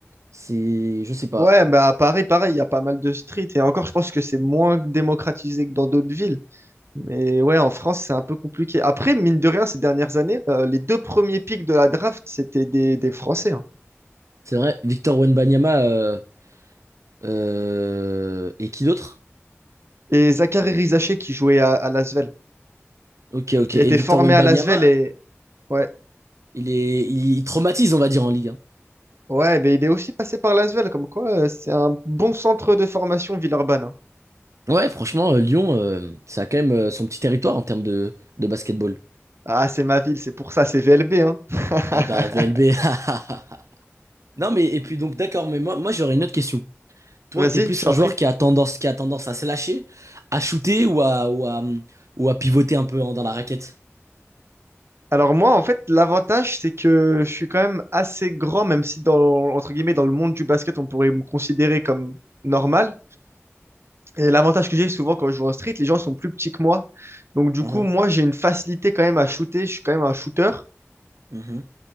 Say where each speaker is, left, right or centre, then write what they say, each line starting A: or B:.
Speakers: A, on the right; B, on the right.
A: c'est je sais pas.
B: Ouais, bah à Paris, pareil, il y a pas mal de streets. Et encore, je pense que c'est moins démocratisé que dans d'autres villes. Mais ouais, en France, c'est un peu compliqué. Après, mine de rien, ces dernières années, euh, les deux premiers pics de la draft, c'était des, des Français. hein.
A: C'est vrai, Victor Wembanyama euh, euh, et qui d'autre?
B: Et Zachary Rizaché qui jouait à, à Lasvel,
A: Ok, ok.
B: qui
A: Et
B: a été
A: Victor
B: formé
A: Wembanyama,
B: à Lasvel. Et ouais,
A: il est, il, traumatise, on va dire, en Ligue 1.
B: ouais, mais il est aussi passé par Lasvel, comme quoi euh, c'est un bon centre de formation Villeurbanne. hein.
A: Ouais, franchement, euh, Lyon, euh, ça a quand même euh, son petit territoire en termes de, de basketball.
B: Ah, c'est ma ville, c'est pour ça, c'est VLB. hein. <laughs>
A: Ah bah, VLB. <laughs> Non, mais et puis donc, d'accord, mais moi, moi j'aurais une autre question. Toi,
B: Vas-y,
A: t'es plus
B: je t'en
A: un joueur
B: prie.
A: qui a tendance, qui a tendance à se lâcher, à shooter ou à, ou à, ou à pivoter un peu en- dans la raquette?
B: Alors moi, en fait, l'avantage, c'est que je suis quand même assez grand, même si dans, entre guillemets, dans le monde du basket, on pourrait me considérer comme normal. Et l'avantage que j'ai souvent quand je joue en street, les gens sont plus petits que moi. Donc du
A: Uhum,
B: coup, moi, j'ai une facilité quand même à shooter. Je suis quand même un shooter.
A: uhum,